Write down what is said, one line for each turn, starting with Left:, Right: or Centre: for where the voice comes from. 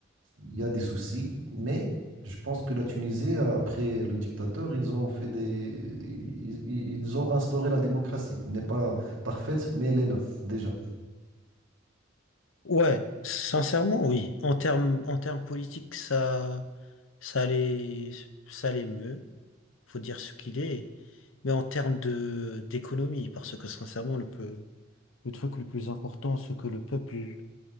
Right: il y a des soucis. Mais je pense que la Tunisie, après le dictateur, ils ont fait des, ils, ils- ils ont instauré la démocratie. Elle n'est pas parfaite, mais elle est là, déjà.
Left: Ouais, sincèrement, oui. En termes, en termes politiques, ça, ça allait, ça allait mieux. Faut dire ce qu'il est. Mais en termes de, d'économie, parce que sincèrement, le, peu- le truc le plus important, ce que le peuple